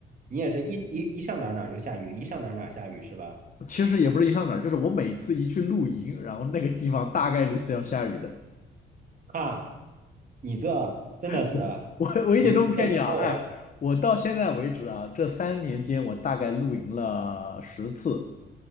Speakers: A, on the right (about 45°); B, on the left (about 40°).
A: 你也是一一一上哪儿哪儿就下雨，一上哪儿哪儿下雨是吧？
B: 其实也不是一上哪儿，就是我每次一去露营，然后那个地方大概率是要下雨的。
A: 啊，你这真的是，
B: <laughs> 我我我一点都不骗你啊，
A: 你你这够了
B: 哎，我到现在为止啊，这三年间我大概露营了十次，